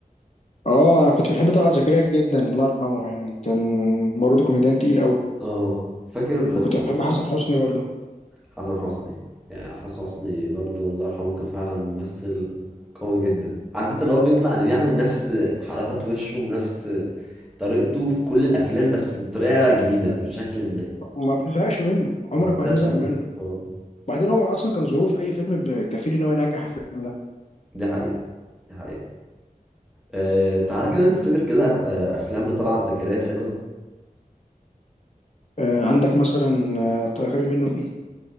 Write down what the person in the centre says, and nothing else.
اه فاكر
حسن حسني يعني حسن حسني برضو الله يرحمه كان فعلا ممثل قوي جدا عارف انت اللي هو بيطلع يعني بيعمل نفس حركات وشه ونفس طريقته في كل الافلام بس بطريقه جديده بشكل ما
ما بتزهقش
منه
اه
دي حقيقه دي حقيقه آه تعالى كده نفتكر كده أف- آه، افلام لطلعت زكريا حلوه